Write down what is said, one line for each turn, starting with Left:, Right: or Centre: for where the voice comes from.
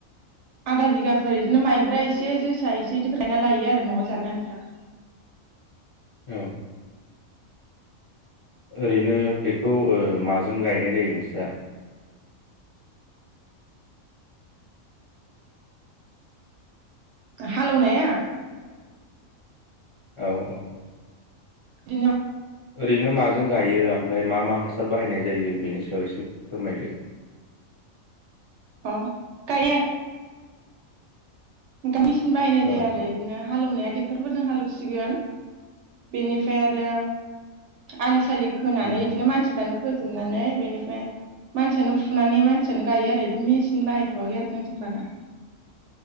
Right: आधा बिगाफोर बिदिनो माइब्रा एसे जोसा एसे बिदिफोर गायना लायो आरो नआव जानो आन्था
Left: औ ओरैनो बेखौ ओ मा जों गायनाय जायो नोंस्रा
Right: हालेवनाया
Left: औ-औ
Right: बिदिनो
Left: ओरैनो मा जों गायो ओमफ्राय मा-मा हा हासार बाहायनाय जायो बेनि सायाव एसे फोरमायदो
Right: अ गायनो <unintelligible> बाहायनाय जाया
Left: औ
Right: आरो बिदिनो हालौवनाया टे क्टरफोरजों हालौवसिगोन बेनिफ्राय आरो आलि सालि होनानै
Left: उम
Right: बिदिनो मानसिफ्रानो खोजोबनानै बेनिफ्राय मानसियानो फुनानै मानसियानो गायो आरो बिदि मेसिन बाहायथवाखै आरो जोंथिं बारा